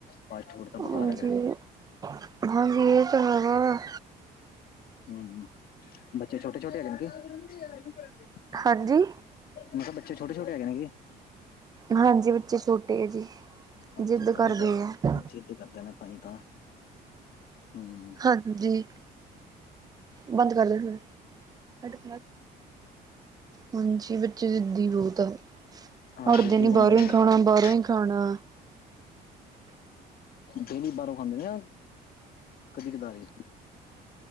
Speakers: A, on the left (about 65°); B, on the right (about 20°).
A: ਫਾਸਟ ਫੂਡ ਤਾਂ ਬਕਾਰ
B: ਹਾਂਜੀ
A: ਹੈਗਾ ਐ।
B: ਹਾਂਜੀ ਏ ਤਾਂ ਹੈਗਾ।
A: ਹੂਂ ਹ ਬੱਚੇ ਛੋਟੇ ਛੋਟੇ ਹੈਗੇ ਨੇ ਕਿ?
B: ਹਾਂਜੀ।
A: ਮੈਂ ਕਿਹ ਬੱਚੇ ਛੋਟੇ ਛੋਟੇ ਹੈਗੇ ਨੇ ਕੀ?
B: ਹਾਂਜੀ ਬੱਚੇ ਛੋਟੇ ਐ ਜੀ।
A: ਅੱਛਾ
B: ਜਿੱਦ
A: ਤਾਂ
B: ਕਰਦੇ
A: ਹੀ ਬਸ
B: ਐ।
A: ਜਿੱਦ ਕਰਦੇ ਨੇ ਤਾਂਹੀ ਤਾਂ। ਹੂੰ।
B: ਹਾਂਜੀ। ਬੰਦ ਕਰਦੇ ਫੇਰ। ਹਾਂਜੀ ਬੱਚੇ ਜਿੱਦੀ ਬਹੁਤ ਆ
A: ਹਾਂ
B: ਹਟਦੇ
A: ਜਿੱਦੀ
B: ਨੀ
A: ਹੁੰਦੇ
B: ਬਾਹਰੋਂ ਹੀ
A: ਨੇ
B: ਖਾਣਾ
A: ਬੱਚੇ
B: ਬਾਹਰੋਂ
A: ਤੇ
B: ਹੀਾਣਾ, ਖਾਣਾ
A: ਡੇਲੀ ਬਾਹਰੋਂ ਖਾਂਦੇ ਨੇ ਕਦੀ ਕਦਾਰੀ